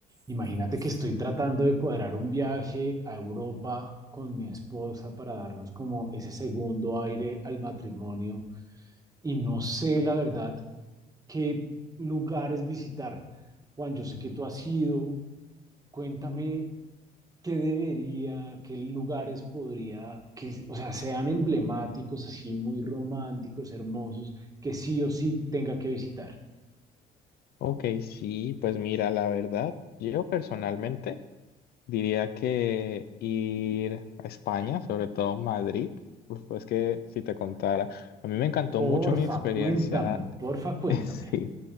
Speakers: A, on the right; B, on the left.
A: Imagínate que estoy tratando de cuadrar un viaje a Europa con mi esposa para darnos como ese segundo aire al matrimonio y no sé la verdad qué lugares visitar. Juan, yo sé que tú has ido, cuéntame qué debería, qué lugares podría, que, o sea, sean emblemáticos, así muy románticos, hermosos, que sí o sí tenga que visitar.
B: Ok, sí, pues mira, la verdad, yo personalmente diría que ir a España, sobre todo Madrid, uf, pues que si te contara, a mí me encantó
A: Porfa,
B: mucho mi experiencia.
A: cuéntame, porfa, cuéntame.
B: <laughs> Sí,